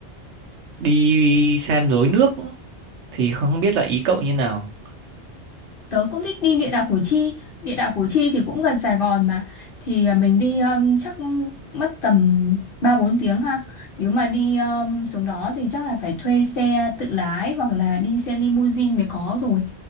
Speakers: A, on the right; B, on the left.
A: đi xem rối nước thì không biết là ý cậu như nào
B: tớ cũng thích đi địa đạo Củ Chi địa đạo Củ Chi thì cũng gần Sài Gòn mà thì ờ, mình đi ờm, chắc mất tầm ba bốn tiếng ha nếu mà đi ờm, xuống đó thì chắc là phải thuê xe tự lái hoặc là đi xe limousine mới có rồi